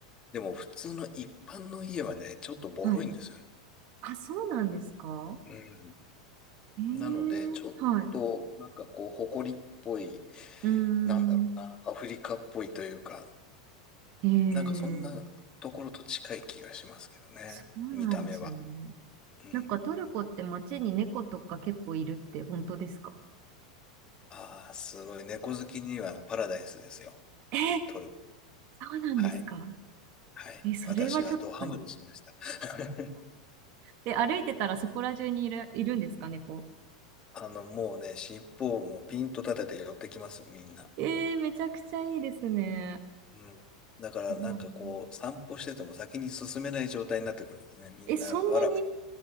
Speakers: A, on the left; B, on the right.
A: でも普通の一般の家はね、ちょっとボロいんですよね。
B: はい。あ、そうなんですか
A: うん。
B: ええはい。
A: なので、ちょっとなんかこう、埃っぽい、
B: うー
A: なんだろうな、
B: ん。
A: アフリカっぽいというか、
B: ええ
A: なんかそんなところと近い気がしますけどね。
B: そうなんですね。
A: 見た目は。うん。
B: なんかトルコって街に猫とか結構いるって本当ですか
A: ああ、すごい。猫好きにはパラダイスですよ。
B: えー
A: トルコ。
B: そうなんですか
A: はい。はい。
B: え、それはちょっと、
A: 私はドハマりしました。<laughs>
B: え、歩いてたらそこら中にいる、いるんですか猫。
A: あの、もうね、尻尾をもうピンと立てて寄ってきます、みんな。
B: えーめちゃくちゃいいですね。
A: うん。だからなんかこう、
B: うん
A: 散歩してても先に進めない状態になってくるんですね。みんな、
B: え、そんなに、
A: わらわ